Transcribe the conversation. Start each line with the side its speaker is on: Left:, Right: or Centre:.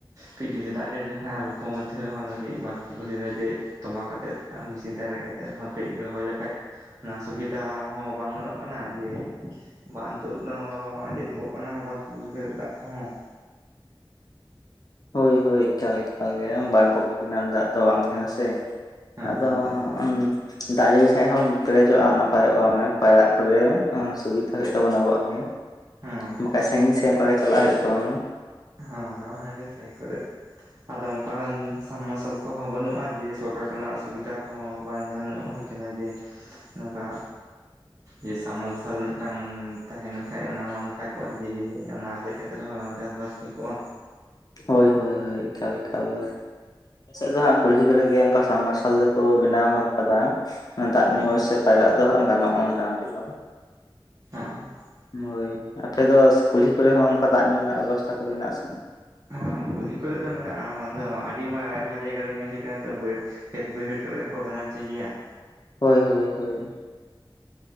Right: ᱠᱟᱹᱡ ᱡᱩᱫᱤ ᱫᱟᱜ ᱡᱟᱹᱲᱤ ᱞᱮᱠᱷᱟᱱ ᱟᱞᱚᱯᱚ ᱢᱚᱫᱽᱫᱷᱮ ᱨᱮ ᱠᱟᱹᱡ ᱵᱟᱸᱷ ᱯᱩᱠᱷᱨᱤ ᱨᱮ ᱜᱮ ᱛᱚᱸᱵᱟ ᱠᱟᱛᱮᱫ᱾ ᱢᱮᱥᱤᱱ ᱛᱮ ᱟᱨᱮᱡ ᱠᱟᱛᱮᱮᱫᱦ ᱠᱟᱹᱡ ᱨᱚᱦᱚᱭ ᱞᱮᱠᱷᱟᱡ ᱚᱱᱟ ᱥᱩᱵᱤᱫᱟ ᱦᱚᱸ ᱵᱟᱝ ᱜᱟᱱᱚᱜ ᱠᱟᱱᱟ᱾ ᱠᱟᱱᱟ ᱡᱮ ᱵᱟᱸᱫᱤᱛᱚᱜ ᱫᱚ ᱟᱸᱡᱮᱫ ᱜᱚᱜ ᱠᱟᱱᱟ ᱵᱟᱸᱫ ᱯᱩᱠᱷᱨᱤ ᱠᱟᱛᱮᱮᱫ ᱫᱟᱜ ᱠᱚᱦᱚᱸ᱾
Left: ᱦᱳᱭ ᱦᱳᱭ ᱮᱠᱟᱞ ᱮᱠᱟᱞ ᱜᱮ
Right: ᱦᱮᱸ
Left: ᱵᱟᱸ ᱯᱩᱠᱷᱨᱤ ᱨᱮᱱᱟᱜ ᱫᱟᱜ ᱫᱚ ᱵᱟᱝ ᱛᱟᱦᱮᱱᱟ ᱥᱮ᱾
Right: ᱦᱮᱸ
Left: ᱟᱫᱚ
Right: ᱵᱟᱝ ᱛᱟᱦᱮᱱᱟ ᱛᱚ
Left: <unintelligible> ᱫᱟᱜ ᱡᱟᱹᱲᱤ ᱞᱮᱠᱷᱟᱱᱡ ᱦᱚᱸ ᱯᱮᱨᱮᱡᱚᱜᱼᱟ, ᱱᱟᱯᱟᱭᱚᱜᱼᱟ ᱢᱟᱱᱮ ᱯᱟᱭᱨᱟᱜ ᱠᱚᱨᱮ ᱥᱩᱵᱤᱛᱤᱫᱟ ᱦᱩᱭᱩᱜ ᱛᱟᱵᱚᱱᱟ ᱟᱵᱚᱣᱟᱜ ᱜᱮ
Right: ᱦᱮᱸ
Left: ᱵᱟᱠᱟᱡ ᱥᱟᱺᱜᱤᱧ ᱥᱮᱫ ᱚᱱᱠᱟ ᱜᱮ ᱪᱟᱞᱟᱜ ᱦᱩᱭᱩᱜ ᱛᱟᱵᱚᱱᱟ ᱾
Right: ᱦᱚᱭ ᱚᱱᱟ ᱦᱚᱸ ᱦᱮᱸᱜᱮ ᱥᱟᱹᱭ ᱠᱚᱨᱮ ᱟᱫᱚ ᱚᱱᱠ ᱥᱟᱵᱽᱢᱟᱨᱥᱟᱞ ᱠᱚᱦᱚᱸ ᱵᱟᱹᱱᱩᱜᱼᱟ᱾ ᱡᱮ ᱥᱚᱨᱠᱟᱨ ᱠᱷᱚᱱᱟᱜ ᱥᱩᱵᱤᱫᱟ ᱠᱚᱦᱚᱸ ᱵᱟᱝ ᱧᱟᱢ ᱧᱚᱜ ᱦᱩᱭ ᱟᱠᱟᱱᱟ ᱡᱮ ᱱᱚᱝᱠᱟ ᱡᱮ ᱥᱟᱢᱚᱞᱥᱞ ᱢᱤᱫᱴᱟᱝ ᱛᱟᱦᱮᱸᱱ ᱠᱷᱟᱱ ᱚᱱᱟ ᱦᱚᱸ ᱱᱟᱯᱟᱭ ᱠᱚᱜᱼᱟ᱾ ᱡᱮ ᱚᱱᱟ ᱨᱮᱮᱡ ᱠᱟᱛᱮ ᱨᱮᱦᱚᱸ ᱪᱟᱥᱵᱥ ᱦᱩᱭ ᱠᱚᱜᱼᱟ᱾
Left: ᱦᱳᱭ - ᱦᱳᱭ - ᱦᱳᱭ ᱮᱠᱟᱞ ᱮᱠᱟᱞ ᱟᱞᱮᱮᱥᱮᱫ ᱫᱚ ᱦᱟᱜ ᱠᱩᱞᱦᱤ ᱠᱚᱨᱮ ᱜᱮ ᱚᱱᱠᱟ ᱥᱟᱵᱢᱟᱨᱥᱟᱞ ᱫᱚᱠᱚ ᱵᱮᱱᱟᱣ ᱟᱠᱟᱫᱟ ᱫᱟᱜ
Right: ᱦᱮᱸ
Left: ᱧᱩ ᱥᱮ ᱯᱟᱭᱨᱟᱜ ᱫᱚᱦᱟᱸᱜ ᱜᱟᱱᱚᱜᱼᱟ ᱢᱚᱴᱟᱢᱩᱴᱤ ᱫᱚ᱾
Right: ᱦᱚᱸ
Left: ᱦᱳᱭ ᱟᱯᱮ ᱫᱚ ᱠᱩᱞᱦᱤ ᱠᱚᱨᱮ ᱦᱚᱸ ᱚᱱᱠᱟ ᱫᱟᱜ ᱧᱩ ᱨᱮᱱᱟᱜ ᱵᱮᱵᱚᱥᱛᱛᱟ ᱠᱚᱫᱚ ᱢᱮᱱᱟᱜ ᱟᱥᱮ ᱵᱟᱝ?
Right: ᱦᱮᱸ ᱠᱩᱞᱦᱤ ᱠᱚᱨᱮ ᱫᱚ ᱢᱮᱱᱟᱜᱼᱟ ᱾ᱫᱚ ᱟᱹᱰᱤᱢᱟ ᱟᱭᱢᱟ ᱡᱟᱭᱜᱟ ᱨᱮ ᱧᱮᱞ ᱦᱩᱭ ᱠᱟᱱᱟ ᱛᱚ ᱵ ᱠᱷᱮᱛ ᱵᱟᱹᱭᱦᱟᱹᱲ ᱠᱚᱨᱮ ᱠᱚ ᱵᱮᱱᱟᱣ ᱦᱚᱪᱚᱭ ᱜᱮᱭᱟ ᱾
Left: ᱦᱳᱭ ᱦᱳᱭ ᱦᱳᱭ